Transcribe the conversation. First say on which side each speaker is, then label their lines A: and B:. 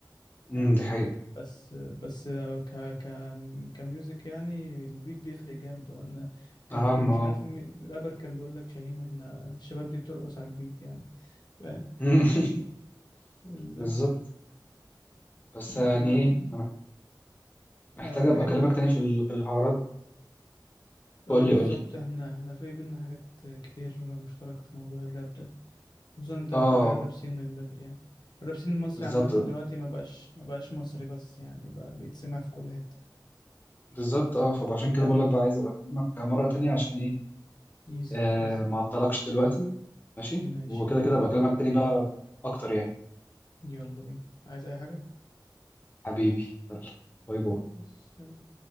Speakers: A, on the left; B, on the left.
A: امم
B: يعني
A: دي حقيقة
B: بس بس ك ك كميوزك يعني البيت بيفرق جامد هو ان كان
A: اهم
B: مش
A: اه
B: عارف مي- رابر كان بيقول لك شاهين احنا الشباب دي بترقص على البيت يعني فاهم
A: <laughs>
B: ازاي؟
A: بالظبط بس
B: لا
A: يعني
B: انا
A: ايه انا محتاج
B: آه، بحب
A: ابقى اكلمك تاني في ال- في الحوارات
B: اه
A: قول
B: بالظبط
A: لي قول لي
B: احنا احنا في بينا حاجات كتير مشتركة في موضوع الراب ده خصوصا انت
A: اه
B: متابع الراب سين من بدري يعني الراب سين المصري
A: بالظبط
B: عامة
A: آه.
B: دلوقتي ما بقاش ما بقاش مصري بس يعني بقى بيتسمع في كل حتة
A: بالظبط اه فعشان كده
B: لا
A: بقول لك بقى عايز ابقى اكلمك مرة تانية عشان ايه
B: ايزي
A: آه
B: ايزي
A: ما اعطلكش دلوقتي ماشي
B: ماشي
A: وكده
B: يلا
A: كده
B: بينا
A: ابقى اكلمك تاني بقى اكتر يعني
B: يلا بينا عايز اي حاجة
A: حبيبي يلا باي باي
B: بس